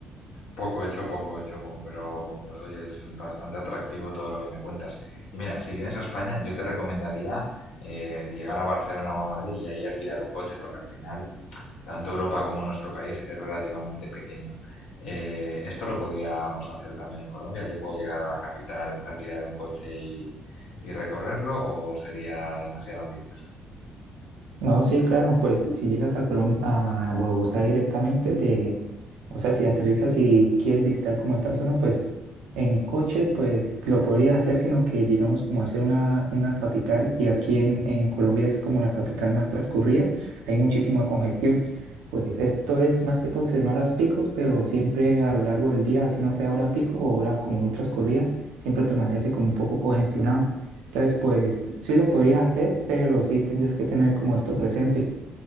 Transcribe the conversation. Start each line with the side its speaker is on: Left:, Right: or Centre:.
Left: Poco hecho, poco hecho, poco, pero pues oye, es bastante atractivo todo lo que me cuentas. Y mira, si vienes a España, yo te recomendaría eh, llegar a Barcelona o a Madrid y ahí alquilar un coche, porque al final tanto Europa como nuestro país es relativamente pequeño. Eh, esto lo podríamos hacer también en Colombia. Yo puedo llegar a la capital, alquilar un coche y, y recorrerlo, o sería demasiado ambicioso.
Right: No, sí, claro, pues si llegas a Colom- a Bogotá directamente de, o sea, si aterrizas y quieres visitar como esta zona, pues en coche, pues lo podrías hacer, sino que digamos como hacer una, una capital, y aquí en, en Colombia es como la capital más transcurrida, hay muchísima congestión. Pues esto es más que todo en horas picos, pero siempre a lo largo del día, así no sea hora pico o hora como muy transcurrida, siempre permanece como un poco congestionado. Entonces, pues sí lo podrías hacer, pero sí tendrías que tener como esto presente.